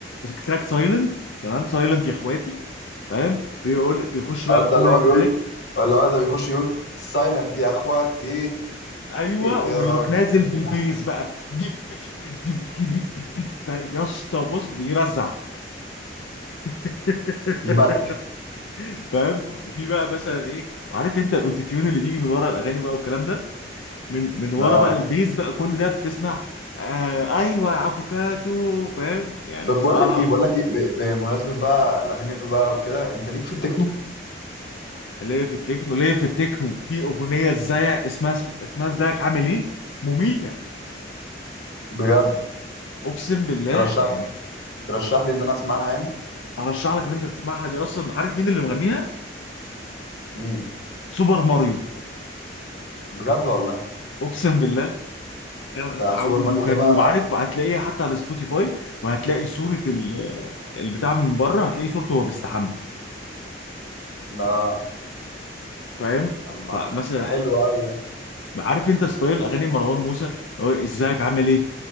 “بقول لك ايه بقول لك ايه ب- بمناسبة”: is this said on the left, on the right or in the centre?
Left